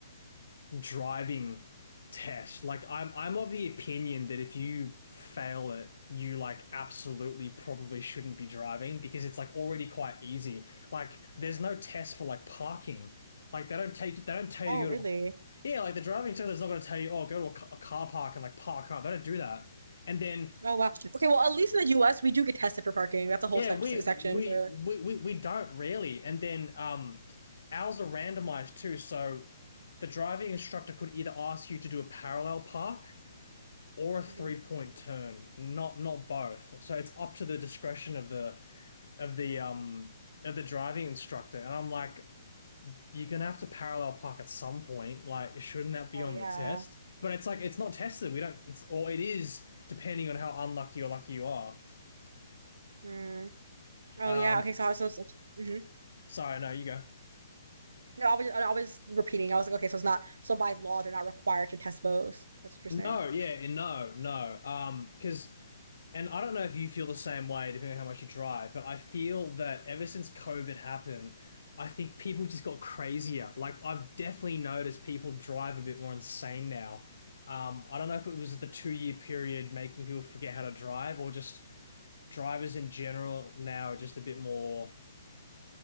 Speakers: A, on the left; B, on the right.
A: driving test. Like I'm I'm of the opinion that if you fail it, you like absolutely probably shouldn't be driving because it's like already quite easy. Like there's no test for like parking. Like they don't take they don't tell you
B: Oh, really?
A: to go to yeah, like the driving test is not going to tell you, oh, go to a, ca- a car park and like park up. They don't do that. And then
B: Oh, wow. okay well at least in the US we do get tested for parking that's a whole
A: yeah,
B: se
A: we
B: section
A: we
B: for
A: we we, we don't really. And then um ours are randomized too, so the driving instructor could either ask you to do a parallel park or a three
B: Mhm.
A: point turn, not not both. So it's up to the discretion of the of the um of the driving instructor. And I'm like, you're gonna have to parallel park at some point. Like, shouldn't that be
B: Oh,
A: on
B: yeah.
A: the test? But it's like it's not tested. We don't. It's or it is depending on how unlucky or lucky you are.
B: Mm. Oh,
A: Um,
B: yeah. Okay. So, I was so, so hmm
A: sorry, no, you go.
B: No, I was just, I was just repeating. I was like, okay, so it's not so by law they're not required to test both. That's interesting.
A: No, yeah, no, no. Um, because And I don't know if you feel the same way, depending on how much you drive, but I feel that ever since COVID happened, I think people just got crazier. Like, I've definitely noticed people drive a bit more insane now. Um, I don't know if it was the two year period making people forget how to drive, or just drivers in general now are just a bit more,